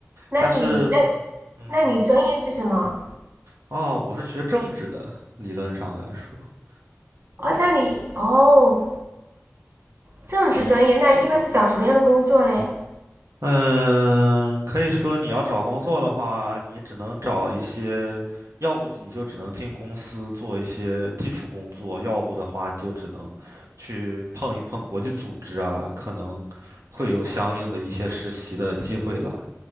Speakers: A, on the right; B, on the right.
A: 那你那
B: 但是，嗯哼，
A: 那你专业是什么？
B: 哦，我是学政治的，理论上来说。
A: 哦，那你哦，政治专业，那一般是找什么样的工作嘞？
B: 嗯，可以说你要找工作的话，你只能找一些，要不你就只能进公司做一些基础工作，要不的话你就只能去碰一碰国际组织啊，可能会有相应的一些实习的机会了。